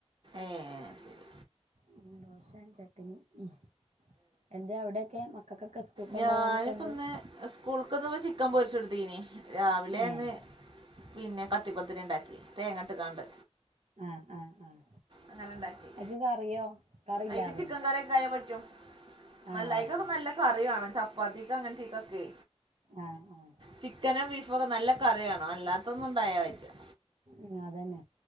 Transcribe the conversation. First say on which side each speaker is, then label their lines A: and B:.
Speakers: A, on the right; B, on the right.
A: ഏഹ് ശരി.
B: ഉം ദോശം ചട്ട്നി ഉം എന്തേ അവിടെക്കെ മക്കൾക്കൊക്കെ സ്കൂൾ കൊണ്ടോവാനൊക്കെ
A: ഞാനിപ്പൊ
B: എന്ത്
A: ഇന്ന് സ്കൂൾക്കൊന്ന് ചിക്കൻ പൊരിച്ചെടുത്തീനീ രാവിലെന്ന്.
B: ഏ
A: പിന്നെ കട്ടിപ്പത്തിരി ഉണ്ടാക്കി തേങ്ങട്ടക്കാണ്ട്.
B: ആഹ് ആഹ് ആഹ്.
A: അങ്ങനെണ്ടാക്കി-
B: അയിക്ക് കറിയോ? കറിയില്ലാതെ
A: അയിക്ക് ചിക്കൻ കറിയൊകായാൽ പറ്റും
B: ആഹ്
A: നല്ല അക്കൊക്കെ നല്ല കറിവാണം ചപ്പാത്തിക്ക് അങ്ങനത്തേകൊക്കെ
B: ആഹ് ആഹ്-
A: ചിക്കനോ ബീഫൊക്കെ നല്ല കറിവാണം അല്ലാത്തൊന്നും ഉണ്ടായ വെജ-
B: ഉം അതന്നെ.